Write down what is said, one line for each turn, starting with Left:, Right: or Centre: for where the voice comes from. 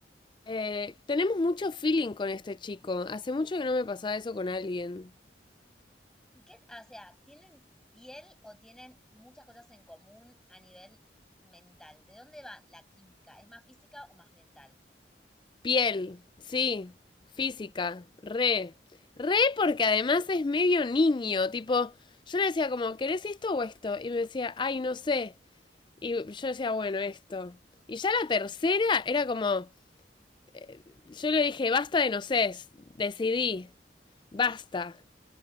Left: Eh, tenemos mucho feeling con este chico. Hace mucho que no me pasaba eso con alguien.
Centre: ¿Y qué, ah, o sea, tienen piel o tienen muchas cosas en común a nivel mental? ¿De dónde va la química? ¿Es más física o más mental?
Left: Piel, sí. Física, re. Re porque además es medio niño, tipo, yo le decía como, ¿querés esto o esto? Y me decía, ay, no sé. Y yo decía, bueno, esto. Y ya la tercera era como, eh, yo le dije, basta de no sé, decidí, basta.